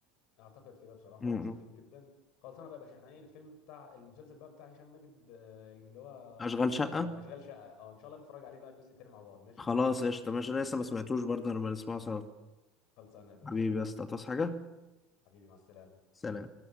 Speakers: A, on the left (about 60°); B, on the left (about 20°).
A: اعتقد كده بصراحه
B: مم.
A: هم شاطرين جدا خلاص انا بقى يا باشا احنا ايه الفيلم بتاع المسلسل بقى بتاع هشام ماجد آه، اللي هو
B: أشغال شقة
A: آه، اشغال شقه اه ان شاء الله نتفرج عليه بقى الجزء التاني مع بعض ماشي
B: خلاص قشطة ماشي أنا لسه ما سمعتوش برضه لما نسمعه سوا
A: خلصانه يا باشا
B: حبيبي بس تصحى حاجة
A: حبيبي مع السلامه
B: سلام